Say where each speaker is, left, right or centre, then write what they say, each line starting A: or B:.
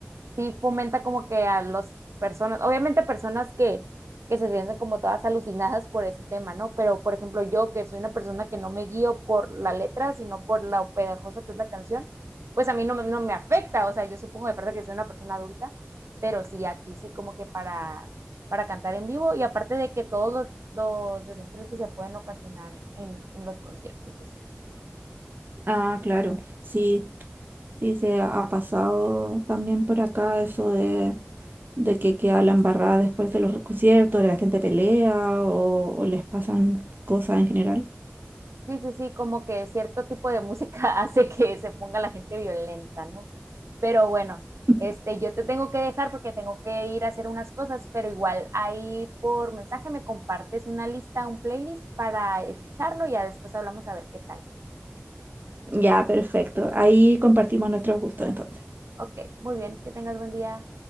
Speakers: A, on the right; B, on the right.
A: sí fomenta como que a las personas, obviamente personas que, que se sienten como todas alucinadas por ese tema, ¿no? Pero, por ejemplo, yo que soy una persona que no me guío por la letra, sino por lo pegajosa que es la canción, pues a mí no, me- no me afecta, o sea, yo supongo de parte que soy una persona adulta, pero sí, aquí sí como que para para cantar en vivo y aparte de que todos los, los desastres que se pueden ocasionar en, en los conciertos.
B: Ah, claro, sí, sí se ha ha pasado también por acá eso de, de que queda la embarrada después de los conciertos, de la gente pelea o, o les pasan cosas en general.
A: Sí, sí, sí, como que cierto tipo de <laughs> música hace que se ponga la gente violenta, ¿no? Pero bueno,
B: <laughs>
A: este, yo te tengo que dejar porque tengo que ir a hacer unas cosas, pero igual ahí por mensaje me compartes una lista, un playlist para escucharlo y ya después hablamos a ver qué tal.
B: Ya, perfecto. Ahí compartimos nuestros gustos entonces.
A: Ok, muy bien, que tengas buen día.